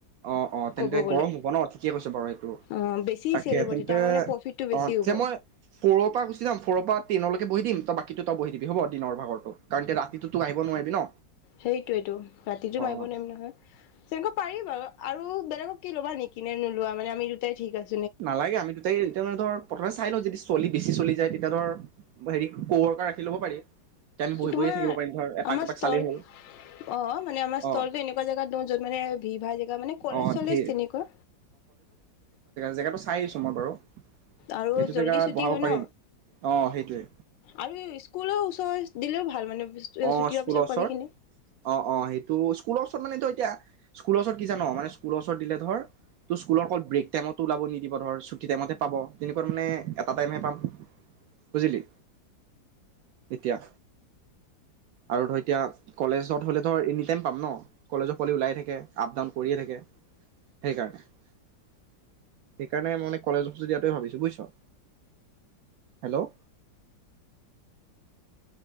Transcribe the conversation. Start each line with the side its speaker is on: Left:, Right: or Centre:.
Right: অ অ তেন্তে
Left: ক'ব গ'লে
Right: গৰম হব ন ঠিকে কৈছ বাৰু এইটো
Left: অ বেছি
Right: তাকে
Left: চেল হ'ব
Right: তেন্তে
Left: তেতিয়া আমাৰ মানে প্ৰফিটটো বেছি
Right: অ
Left: হ'ব
Right: যে মই ফ'ৰ পৰা গুচি যাম ফৰ পৰা টেইনলৈকে বহি দি ত বাকীতো বহি দিবি হ'ব দিনৰ ভাগতো কাৰণ এতিয়া ৰাতিটো তোকো আহিব নোৱাৰিবি ন
Left: সেইটোয়েটো ৰাতিতো মাৰিব
Right: অ
Left: নোৱাৰিম নহয় তেনেক পাৰি বাৰু আৰু বেলেক কি ল'বা নেকিনে নোলোৱা মানে আমি দুটাই ঠিক আছে
Right: নালাগে আমি দুটাই এতিয়া মানে ধৰ প্ৰথমে চাই লওঁ যদি চলি বেছি চলি যায় তেতিয়া ধৰ হেৰি কোৰকা ৰাখি ল'ব পাৰি তেতিয়া আমি বহি
Left: তোমাৰ
Right: বহিয়ে থাকিব পাৰিম ধৰ এপাক
Left: আমাৰ
Right: দুপাক
Left: ষ্টল
Right: চালেই হ'ল
Left: অ মানে আমাৰ ষ্টলটো
Right: অ
Left: এনেকুৱা জেগাত দ য'ত মানে ভিৰ ভাৰ জেগা মানে কলেজ
Right: অ
Left: চলেজ
Right: ধেৰ
Left: তেনেকুৱা
Right: জেগটো চাই আহিছোঁ মই বাৰু
Left: আৰু
Right: সেইটো
Left: জল্দি
Right: জেগাত
Left: ছুটি
Right: বহাব
Left: হয়
Right: পাৰিম
Left: ন
Right: অ সেইটোৱে
Left: আৰু স্কুল চ দিলেও ভাল মানে
Right: অ
Left: ছুটি হোৱাৰ
Right: স্কুলৰ
Left: পিছত
Right: ওচৰত
Left: পোৱালিখিনি
Right: অ অ সেইটো স্কুলৰ ওচৰত মানেটো এতিয়া স্কুলৰ ওচৰত কি জান মানে স্কুলৰ ওচৰত দিলে ধৰ তোৰ স্কুলৰ অ ব্ৰেক টাইমতো ওলাব নিদিব ধৰ ছুটি টাইমতে পাব তেনেকুৱা মানে এটা টাইমে পাম বুজিলি এতিয়া আৰু ধৰ এতিয়া কলেজত হলে ধৰ এনিটাইম পাম ন কলেজৰ ওলাইে থাকে আপ ডাউন কৰিয়ে থাকে সেইকাৰণে সেইকাৰণে মানে কলেজৰ দিয়াটোৱেই ভাবিছো বুজিছ হেল্ল'